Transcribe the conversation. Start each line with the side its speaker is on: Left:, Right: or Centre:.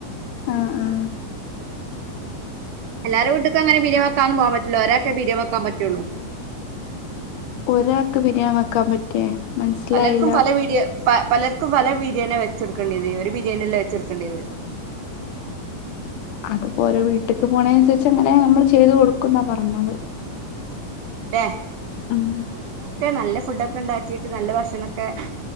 Left: ആഹ് ആഹ്.
Right: എല്ലാരും വീട്ടക്കങ്ങനെ <unintelligible> വെക്കാന്നന്ന് പോകാൻ പറ്റില്ലോ ഒരൊക്കെ <unintelligible> വെക്കാൻ പറ്റുള്ളു.
Left: ഒരാൾക്ക് <unintelligible> വക്കാൻ പറ്റേ മനസ്സിലായില്ല
Right: പലർക്കും പല വീഡിയ പ പലർക്കും പല ബിരിയാണിയ വെച്ചെടുക്കേണ്ടത് ഒരു ബിരിയാണില്ലാം വെച്ചെടുക്കേണ്ടിയത്.
Left: അത്പ്പോ ഓരോ വീട്ടക്ക് പോണ അനുസരിച്ച് അങ്ങനെ നമ്മള് ചെയ്ത് കൊടുക്കും ന്നാ പറഞ്ഞത്.
Right: അങ്ങനെയണല്ലേ
Left: ഉം
Right: അങ്ങനെയൊക്കെ നല്ല ഫുഡൊക്കെ ഉണ്ടാക്കി നല്ല ഭക്ഷണൊക്കെ